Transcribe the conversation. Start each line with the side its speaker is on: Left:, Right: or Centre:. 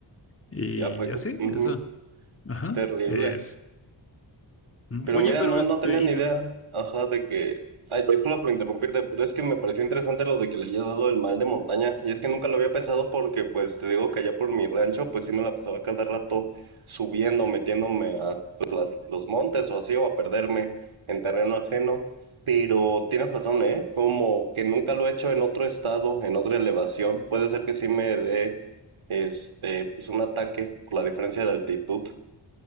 Left: Y
Right: ya fue. co-
Left: así,
Right: ujú,
Left: eso. Ajá.
Right: terrible.
Left: Este.
Right: Pero
Left: Oye,
Right: mira,
Left: pero
Right: no,
Left: este,
Right: no tenía
Left: y
Right: ni
Left: no-
Right: idea. Ajá, de que. Ay, disculpa por interrumpirte, pero es que me pareció interesante lo de que le haya dado el mal de montaña. Y es que nunca lo había pensado porque, pues, te digo que allá por mi rancho, pues sí me la pasaba cada rato subiendo, metiéndome a pues, las- los montes o así, o a perderme en terreno ajeno. Pero tienes razón, ¿eh? Como que nunca lo he hecho en otro estado, en otra elevación. Puede ser que sí me dé, este, pues un ataque por la diferencia de altitud.